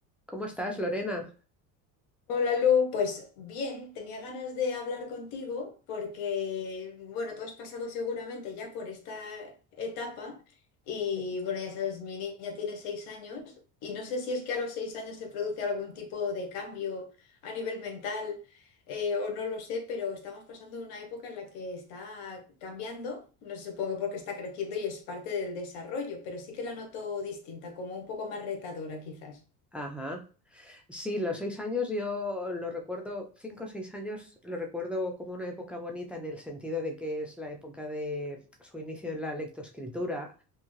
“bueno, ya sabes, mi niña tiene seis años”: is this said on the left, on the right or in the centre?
Left